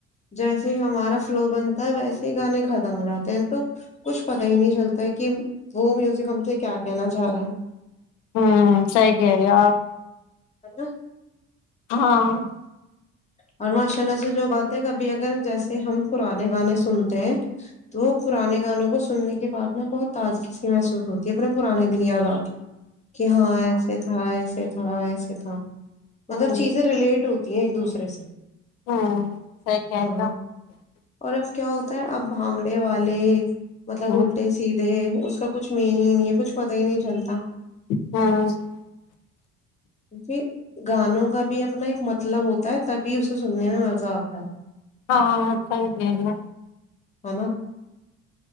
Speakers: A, on the left (about 20°); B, on the left (about 70°).
A: جیسے ہی ہمارا سلو بنتا ہے ویسے ہی گانے ختم ہو جاتے ہیں تو کچھ پتا ہی نہیں چلتا ہے کہ وہ میوزک ہم سے کیا کہنا چاہ رہے ہیں
B: ہوں سی گ آپ
A: ہے ن
B: ہاں
A: اور ماشاء اللہ سے جو بات ہے کبھی اگر جیسے ہم پرانے گانے سنتے ہیں تو وہ پرانے گانوں کو سننے کے بعد نا بہت تازگی سی محسوس ہوتی ہے اپنے پرانے دن یاد آات کہ ہاں ایسے تھا ایسے ہاں ایسے تھا مطلب
B: ہاں
A: چیزیں ریلیٹ ہوتی ہیں ایک دوسرے <unintelligible>
B: <unintelligible>
A: ہاں اور اب کیا ہوتا ہے اب بھانگڑے والے مطلب
B: ہو
A: اللٹے سیھے اس کا کچھ مین ہی نہیں ہے کچھ پتاہ ہی نہیں چلتا
B: <unintelligible>
A: کی گانوں کا بھی اپنا ایک مطلب ہوتا ہے تبھی اسے سننے میں مزہ آتا ہے
B: ہاں خوگلہ
A: ہے نا